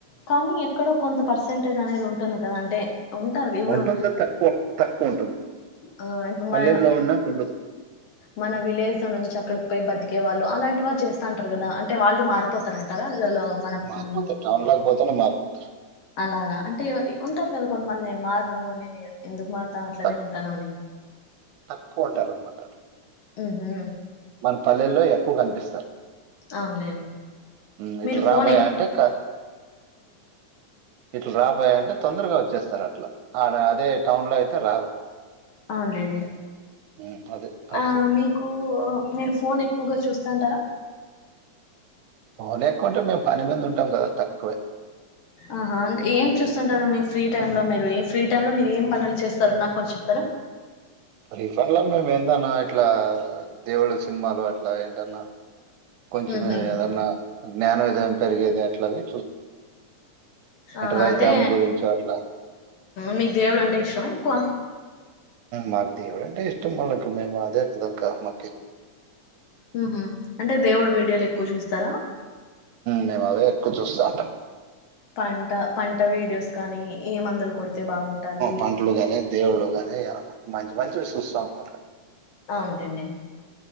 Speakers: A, on the left; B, on the right.
A: కానీ ఎక్కడో కొంత పర్సెంట్ <unintelligible> అనేది ఉంటుంది కద అంటే ఉంటారు ఇప్పుడు
B: ఉంటుంది తక్కువ తక్కువ ఉంటుంది
A: ఆ ఇప్పుడు
B: పల్లెల్లో
A: మన
B: ఉన్నట్టు ఉండదు.
A: మన విలేజ్ నుంచి అక్కడికి పోయి బతికే వాళ్ళు అలాంటి వాళ్ళు చేస్తాంటరు కదా అంటే వాళ్ళు మారిపోతారంటారా అలో మన
B: మార్పోతే
A: మ్,
B: టౌన్ లోకి పోతేనే మార్పు అ
A: అలాగా అంటే ఉంటారు కదా కొంతమంది నేను మారను ఎందుకు అట్లనే
B: తక్
A: ఉంటాను అని
B: తక్కువ ఉంటారన్నమాట
A: ఊహూ
B: మన పల్లెల్లో ఎక్కువ కనిపిస్తారు
A: అవునులేండి
B: హ్మ్ ఇట్లు
A: మీరు
B: రా
A: ఫోన్
B: బయ్యా
A: ఎ
B: అంటే క ఇట్లు రా బయ్యా అంటే తొందరగా వచ్చేస్తారు అట్లా ఆడ అదే టౌన్ లో అయితే రారు
A: అవునండి
B: ఉమ్, అదే పరిస్థితి
A: ఆ మీకు మీరు ఫోన్ ఎక్కువగా చూస్తాంటారా
B: పోన్ ఎక్కువంటే మేము పని మీద ఉంటాం కదా తక్కువే
A: ఆహా ఏం చూస్తుంటారు మీ ఫ్రీ టైమ్ లో మీరు ఏ ఫ్రీ టైమ్ లో మీరు ఏం పనులు చేస్తారు నాకు కొంచం చెప్తారా
B: రిఫాన్లో మేందన్నా ఎట్లా దేవుళ సినిమాలో అట్ల అలా ఏంటన్నా కొంచమే
A: ఉహు
B: ఏదన్నా జ్ఞానోదయం పెరిగేది ఎట్లవి
A: ఆహా
B: రైతాం
A: అంటే
B: గురించి అట్లా
A: మీకు దేవుడు అంటే ఇష్టమ ఎక్కువ
B: మాకు దేవుడు అంటే ఇష్టమ్ వాలకి మేము అదేదా క మాకి
A: మ్ హూ అంటే దేవుడు వీడియోలు ఎక్కువ చూస్తారా
B: మేము అవే ఎక్కువ చూస్తా ఉంటాం
A: పంట పంట వీడియోస్ కానీ ఏ మందులు కొడితే బాగుంటది
B: పంటలు గాని దేవుళ్ళు గాని ఏమన్నా మంచి మంచి వి చూస్తం అన్నమాట
A: అవునండి